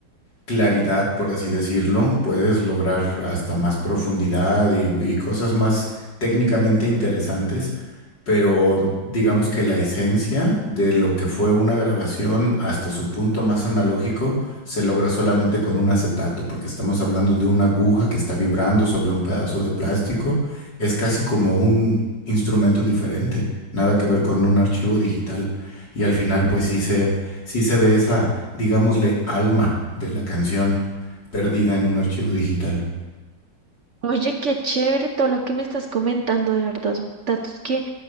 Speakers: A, on the left (about 75°); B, on the right (about 50°).
A: claridad, por así decirlo, puedes lograr hasta más profundidad y, y cosas más técnicamente interesantes, pero digamos que la esencia de lo que fue una grabación hasta su punto más analógico se logra solamente con un acetato, porque estamos hablando de una aguja que está vibrando sobre un pedazo de plástico, es casi como un instrumento diferente, nada que ver con un archivo digital y al final pues sí se, sí se ve esa digámosle, alma de la canción perdida en un archivo digital.
B: Oye, qué chévere todo lo que me estás comentando, de verdad, son datos que